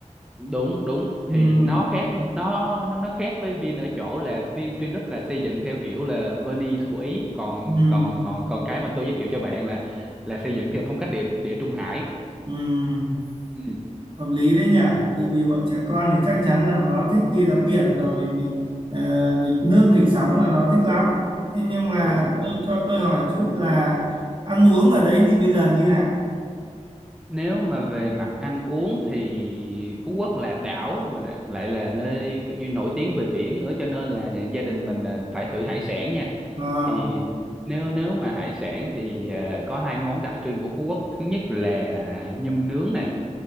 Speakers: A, in the centre; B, on the right.
A: đúng đúng
B: Ừm,
A: thì nó khác nó nó nó khác với Vin ở chỗ là Vin Vingroup là xây dựng theo kiểu là Venice của Ý còn
B: ừm,
A: còn còn còn cái mà tôi giới thiệu cho bạn là là xây dựng theo phong cách địa địa Trung Hải
B: ừm.
A: ừ,
B: hợp lý đấy nhỉ tại vì bọn trẻ con thì chắc chắn là nó thích đi tắm biển rồi vì ờ, nghịch nước nghịch sóng là nó thích lắm thế nhưng mà
A: đúng rồi
B: tôi cho tôi hỏi chút là ăn uống ở đấy thì bây giờ như nào
A: nếu mà về mặt ăn uống thì Phú Quốc là đảo mà đạ- lại là nơi kiểu như nổi tiếng về biển nữa cho nên là nhà- gia đình mình là phải thử hải sản nha
B: ờ
A: thì nếu nếu mà hải sản thì ờ, có hai món đặc trưng của Phú Quốc thứ nhất là nhum nướng này